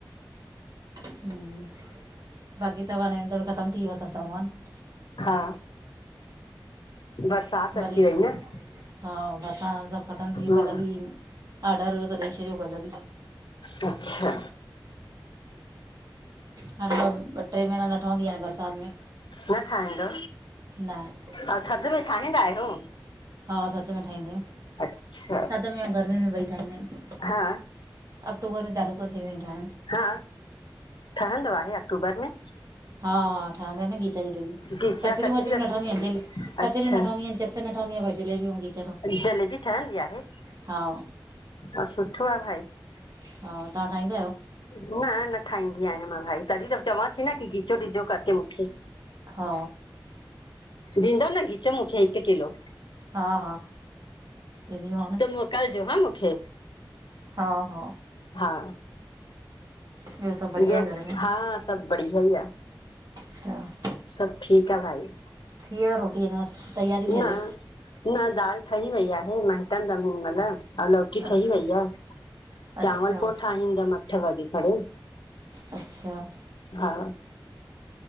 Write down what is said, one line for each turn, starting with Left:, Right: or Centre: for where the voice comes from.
Right: हम बाक़ी स ने त बि ख़तम थी व स सामान <unintelligible>
Left: हा बरसाति
Right: वरी
Left: अची वई न
Right: हा बरसां सभु ख़तमु
Left: हम्म
Right: थी वियो कल्ह बि ऑडर त ॾेई छॾियो कल्ह बि
Left: अचछा
Right: हाणे त ॿ ट्रे महीना न ठहंदी आहिनि बरसाति में
Left: न ठाहींदो
Right: न
Left: अ थधि में ठाहींदा आहियो
Right: हा थध में ठाहींदा आहियूं
Left: अच्छा
Right: थधि में ऐं गर्मी में ॿई ठाहींदायूं
Left: हा
Right: अक्टूबर में चालू करे छडिदायूं ठायिण
Left: ह ठहंदो आहे अक्टूबर में
Right: हा हा ठहंदा आहिनि न खीचा जलेबी
Left: गिचा
Right: कचरियूं
Left: कचरी
Right: वचरियूं
Left: वचरी
Right: न ठहंदीूं आहिनि जेल कचरियूं
Left: अच्छा
Right: न ठहंदीूं आहिनि चि नि ठाूंी भईिले हूंी <unintelligible>
Left: जलेबी ठहंदी आहे
Right: हा
Left: ह सुठो आहे भाई
Right: हा तांव्ह ठाहींदा आहियो
Left: न न ठाहींदी आहियां मां भाई तॾहिं त चवां थी न की गीचो डीजो करके मूंखे
Right: हा
Left: ॾींदो न खिचा मूंखे हिकु किलो
Right: हा हा ॾींदीमांव न
Left: त मोकिलजो हा मूंखे
Right: हा हा
Left: हा
Right: ॿियो सभु बढ़िया
Left: ब्यो
Right: आहे घर में
Left: हा सभ बढ़िया ई आ
Right: अच्छा
Left: सभु ठीकु आ भाई
Right: थी वियो रोटी अञा तयारी थी
Left: न
Right: हले
Left: न दालि ठही वई आहे मनंटंदमि हिन मल अ लौकी
Right: अच्छा
Left: ठही वई आहे
Right: अच्छा
Left: चांवल पो ठाहींदमि अठ वॻे कणे
Right: अच्छा
Left: हा